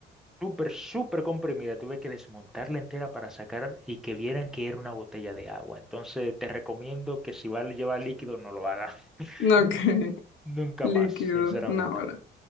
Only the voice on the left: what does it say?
no,
ok, <laughs>
líquido,
no, vale.